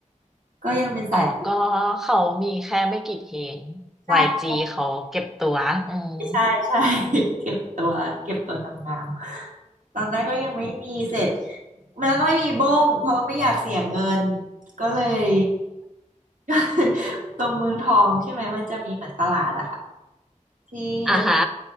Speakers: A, on the right; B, in the centre.
A: ก็ยังเป็นสาย
B: อ๋อก็เขามีแค่ไม่กี่เพลง
A: ใช่
B: YG เขาเก็บตัวอืม
A: ใช่ใช่ <laughs> เก็บตัวเก็บตัวนางงามตอนแรกก็ยังไม่มีเสร็จมันแล้วก็ไม่มีบ้งเพราะว่าไม่อยากเสียเงินก็เลย <laughs> ตรงเมืองทองใช่ไหมมันจะมีเหมือนตลาดอะค่ะ ที่เดิ
B: อ่าฮะ